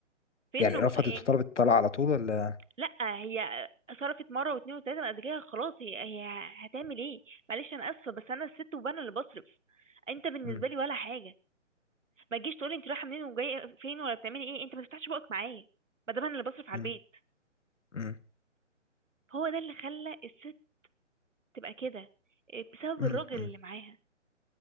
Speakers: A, on the right (about 85°); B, on the left (about 70°).
A: فين
B: يعني
A: رج...
B: رفضت
A: يعني
B: وطلبت الطلاق على طول ولا
A: لا هي صرفت مره واتنين وتلاته بعد كده خلاص هي هي هتعمل ايه معلش انا اسفه بس انا الست وانا اللي بصرف انت بالنسبه
B: مم.
A: لي ولا حاجه ما تجيش تقولي انت رايحه منين وجايه فين ولا بتعملي ايه انت ما تفتحش بقك معايا ما دام انا اللي بصرف على
B: مم.
A: البيت
B: مم.
A: هو ده اللي خلى الست تبقى كده إيه، بسبب
B: مم.
A: الراجل
B: مم.
A: اللي معاها